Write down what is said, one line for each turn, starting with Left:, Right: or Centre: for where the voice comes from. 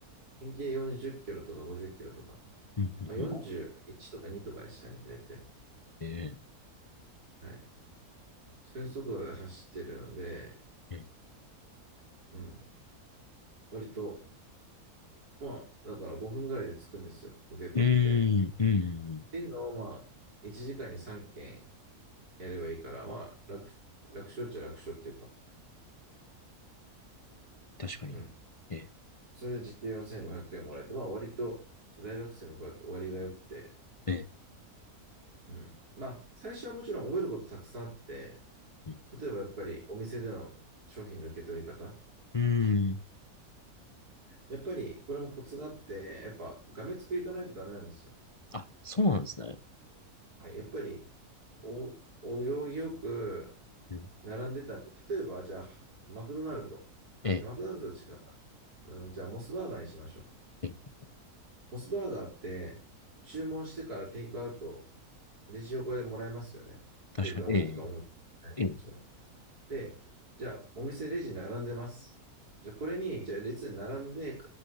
Right: 平均40キロとか50キロとか、
Left: うんうんうん
Right: まあ、41とか2とかでしたね、大体。
Left: え
Right: はい。そういう速度で走ってるので、
Left: えええ
Right: うん。割と、まあ、だから5分ぐらいで着くんですよ。受け取って。
Left: うーん、
Right: っ
Left: うんうんうん、
Right: ていうのを、まあ、1時間に3件やればいいから、まあ、楽、楽勝っちゃ楽勝っていうか、
Left: 確かに。
Right: うん。
Left: ええ、
Right: それで時給4500円もらえて、まあ、割と、大学生の子だと割が良くて、
Left: え
Right: うん。まあ、最初はもちろん覚えることたくさんあって、
Left: え、
Right: 例えばやっぱりお店での商品の受け取り方。
Left: うんうーん。
Right: やっぱり、これもコツがあって、やっぱ、がめつくいかないとダメなんですよ。
Left: あ、そうなんですね。
Right: はい。やっぱり、お、お行儀よく、
Left: うん
Right: 並んでたんで、例えば、じゃあ、マクドナルド。
Left: ええ、
Right: いやマクドナルドと違うな。うん、じゃあ、モスバーガーにしましょう。
Left: ええ、
Right: モスバーガーって、注文してからテイクアウト、レジ横でもらえますよね。
Left: 確かに。
Right: テイクアウトとかも。
Left: ええ、ええ、
Right: 一応で、じゃあ、お店レジ並んでます。じゃあ、これに、じゃあ、列に並んで、